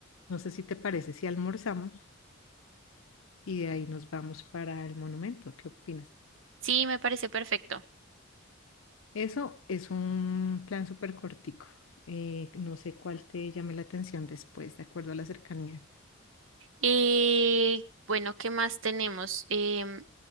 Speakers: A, on the left; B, on the right.
A: No sé si te parece si almorzamos y de ahí nos vamos para el monumento. ¿Qué opinas?
B: Sí, me parece perfecto.
A: Eso es un plan súper cortico. Eh, no sé cuál te llame la atención después, de acuerdo a la cercanía.
B: Eh, bueno, ¿qué más tenemos? Em,